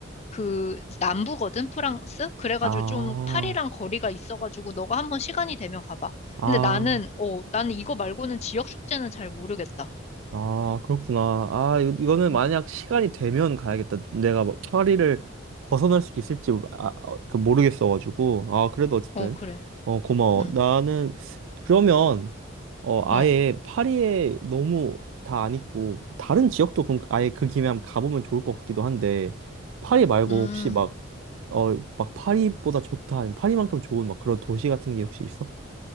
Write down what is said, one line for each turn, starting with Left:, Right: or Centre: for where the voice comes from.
Left: 그 남부거든, 프랑스? 그래가지고
Right: 아,
Left: 좀 파리랑 거리가 있어가지고 너가 한번 시간이 되면 가봐.
Right: 아,
Left: 근데 나는, 어, 나는 이거 말고는 지역 축제는 잘 모르겠다.
Right: 아, 그렇구나. 아, 이- 이거는
Left: 음.
Right: 만약 시간이 되면 가야겠다. 내가 뭐 파리를 벗어날 수 있을지 아, 어, 그 모르겠어가지고. 아, 그래도 어쨌든.
Left: 어, 그래.
Right: 어, 고마워.
Left: 응.
Right: 나는 그러면 어,
Left: 어.
Right: 아예 파리에 너무 다 안 있고 다른 지역도 그럼 아예 그 김에 한번 가보면 좋을 것 같기도 한데 파리 말고
Left: 음.
Right: 혹시 막 어, 막 파리보다 좋다 아니면 파리만큼 좋은 막 그런 도시 같은 게 혹시 있어?